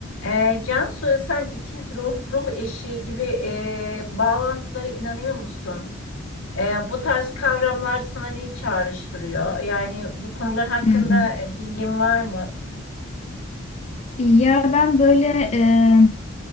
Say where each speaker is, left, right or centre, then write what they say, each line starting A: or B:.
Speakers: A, on the left; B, on the left.
A: Ee, Cansu, sen ikiz ruh, ruh eşi gibi e, bağlantılara inanıyor musun? E, bu tarz kavramlar sana neyi çağrıştırıyor? Yani bu konular hakkında
B: Hmm.
A: e, bilgin var mı?
B: Ya ben böyle e,